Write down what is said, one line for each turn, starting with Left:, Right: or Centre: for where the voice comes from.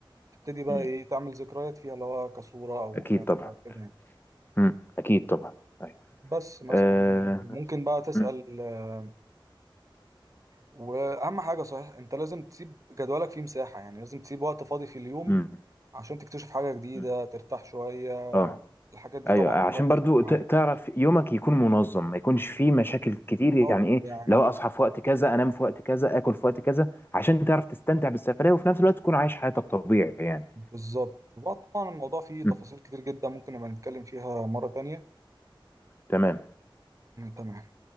Right: تبتدي بقى
Left: مم.
Right: ايه تعمل ذكريات فيها اللي هو كصوره او
Left: اكيد
Right: ك-
Left: طبعا
Right: كده يعني.
Left: مم. اكيد طبعا أيوة.
Right: بس مثلا
Left: آه.
Right: يعني ممكن بقى تسأل
Left: مم.
Right: آه، وأهم حاجة صحيح أنت لازم تسيب جدولك فيه مساحة يعني لازم تسيب وقت فاضي في اليوم
Left: مم.
Right: عشان تكتشف حاجة جديدة
Left: مم.
Right: ترتاح شوية
Left: اه
Right: الحاجات دي
Left: ايوه
Right: طبعا
Left: عشان
Right: كلها بتفرق
Left: برضو
Right: معاك
Left: ت- تعرف يومك يكون منظم ما يكونش فيه مشاكل كتير
Right: اه
Left: يعني ايه
Right: يعني
Left: لو اصحى في وقت كذا انام في وقت كذا اكل في وقت كذا عشان تعرف تستمتع بالسفرية وفي نفس الوقت تكون عايش حياتك طبيعي يعني
Right: بالظبط وبقى طبعا الموضوع فيه تفاصيل
Left: م،
Right: كتير جدا ممكن نبقى نتكلم فيها مرة تانية
Left: تمام
Right: تمام